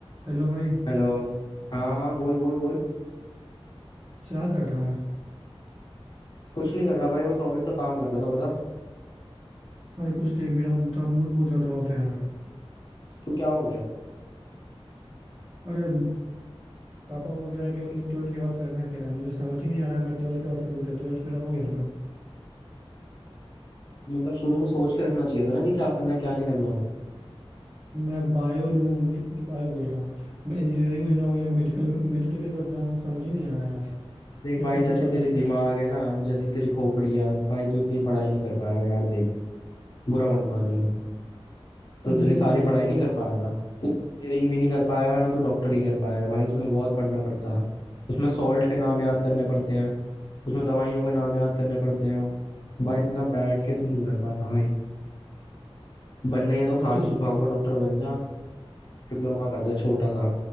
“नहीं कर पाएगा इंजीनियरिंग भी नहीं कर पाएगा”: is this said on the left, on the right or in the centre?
Left